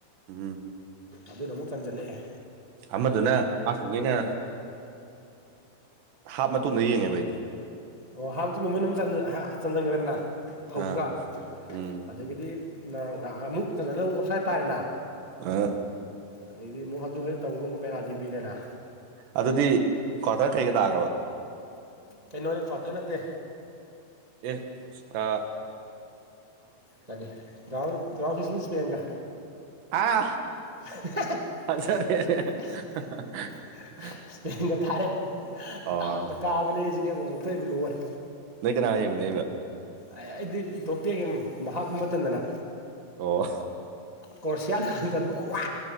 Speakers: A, on the right (about 75°); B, on the right (about 35°).
A: ꯎꯝ
B: ꯑꯗꯨꯅ ꯑꯃꯨꯛ ꯆꯟꯖꯜꯂꯛꯑꯦ
A: ꯑꯃꯗꯨꯅ ꯑꯁꯣꯈꯩꯅ ꯍꯥꯞ ꯃꯇꯨꯡꯗ ꯌꯦꯡꯉꯦꯕ ꯑꯩꯗꯤ
B: ꯑꯣ ꯍꯔꯕ ꯃꯇꯨꯡꯗ ꯃꯣꯏꯅ ꯑꯗꯨꯝ ꯆꯪꯁꯤꯟꯈ꯭ꯔꯦꯗꯅ ꯍꯧꯕꯒ
A: ꯑꯥ ꯎꯝ
B: ꯑꯗꯒꯤꯗꯤ ꯑꯃꯨꯛꯇꯅ ꯂꯧ ꯑꯣꯞꯁ ꯍꯥꯏꯇꯥꯥꯔꯦꯅ
A: ꯑꯥ
B: ꯑꯗꯩꯗꯤ ꯑꯃꯨꯛ ꯑꯗꯨ ꯍꯦꯛ ꯇꯧꯔꯒ ꯑꯃꯨꯛ ꯄꯦꯅꯥꯜꯇꯤ ꯄꯤꯔꯦꯅ
A: ꯑꯗꯨꯗꯤ ꯀ꯭ꯋꯥꯇꯔ ꯀꯩꯒ ꯇꯥꯈ꯭ꯔꯕ
B: ꯀꯩꯅꯣꯅꯦꯀꯣꯋꯥꯇ ꯅꯠꯇꯦ
A: ꯑꯦ ꯑ
B: ꯀꯔꯤ ꯇꯥꯁꯤ ꯁꯄꯦꯟꯒ
A: ꯑꯥ
B: <unintelligible>
A: ꯐꯖꯔꯦꯅꯦ
B: <unintelligible>
A: <unintelligible>
B: ꯏꯁꯄꯒ ꯊꯥꯔꯦ
A: ꯑꯣ
B: ꯗꯥꯎꯗ ꯀꯥꯕꯅꯦ ꯁꯤꯅꯦꯕ ꯑꯃꯨꯛꯈꯩꯕꯨ ꯂꯣꯏꯔꯦ
A: ꯃ ꯀꯅꯥꯏ ꯑꯃ ꯅꯕ
B: ꯑꯩꯗꯤ ꯏꯇꯣꯞꯇꯦꯛꯒꯦ ꯃꯍꯥꯛꯀꯨꯝꯕ ꯃꯇꯝꯗꯅ
A: ꯑꯣ
B: ꯀꯣꯔ꯭ꯔꯣꯁꯤꯌꯥꯅ ꯍꯟꯖꯟꯕꯒ ꯋꯥ